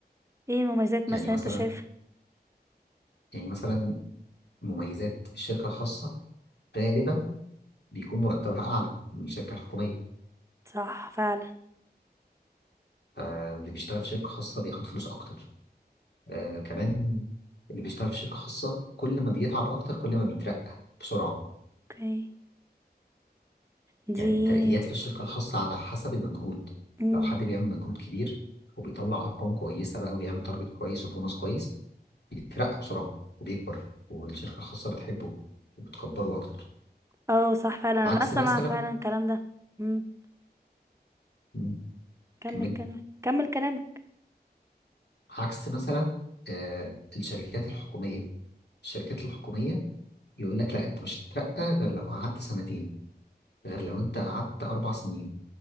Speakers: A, on the right (about 15°); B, on the left (about 80°).
A: ايه المميزات
B: يعني
A: مثلا
B: مثلا
A: انت شايفها
B: يعني مثلا مميزات الشركة الخاصة غالبا بيكون مرتبها أعلى من الشركة الحكومية
A: صح فعلا
B: فاللي بيشتغل في شركة خاصة بياخد فلوس أكتر آه كمان اللي بيشتغل في شركة خاصة كل ما بيتعب أكتر كل ما بيترقى بسرعة
A: اوكي دي
B: يعني الترقيات في الشركة الخاصة على حسب المجهود
A: امم
B: لو حد بيعمل مجهود كبير وبيطلع أرقام كويسة بقى وبيعمل تارجت كويس وبونص كويس بيترقى بسرعة وبيكبر والشركة الخاصة بتحبه وبتكبره أكتر
A: اه صح فعلا
B: عكس
A: انا اسمع
B: مثلا
A: فعلا الكلام ده امم
B: مم،
A: كمل
B: كملي
A: كلامك كمل كلامك
B: عكس مثلا آه الشركات الحكومية الشركات الحكومية يقول لك لا أنت مش هتترقى غير لو قعدت سنتين غير لو أنت قعدت أربع سنين